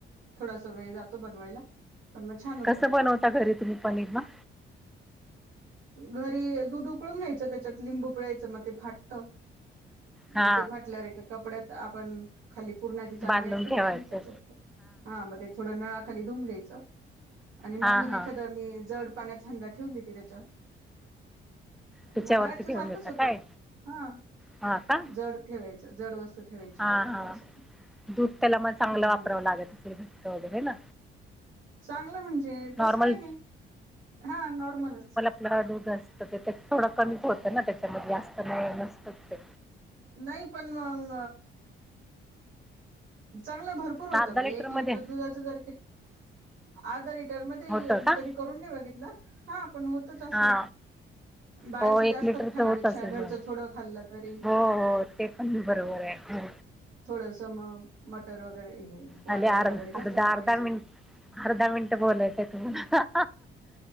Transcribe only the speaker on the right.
थोडास वेळ जातो बनवायला पण मग छान होतं
घरी दूध उकळून घ्यायचं त्याच्यात लिंबू पिळायचं मग ते फाटत
मग ते फाटल्यावर एका कपड्यात आपण खाली पूर्णाची चाळणी
असते
ना आपली त्याच्यात हा मध्ये थोड नळाखाली धुून घ्यायचं आणि
बांधून
एखाद मी जड पाण्याचा हंडा ठेवून देते त्याच्या वर
मग बाहेरच्या
सारखंच
होतं
हा
जड ठेवायचं जड वस्तू ठेवायची
बघ फक्त
असं
हम्म
हम्म
चांगलं म्हणजे तस
काय नाही हा नॉर्मलच
नाही पण मग चांगल भरपूर पूर होतं
मी
एक लिटर दुधाच करते अर्धा लिटर मध्ये
मी
कधी करून नाही बघितलं हा पण होतच असेल
बाहेरच
जास्त
खाण्यापेक्षा
घरचं
थोडं खाल्लं तरी
थोडंस मग मटर वगैरे हे वाटाणे
वगैरे जास्त
टाकायचे.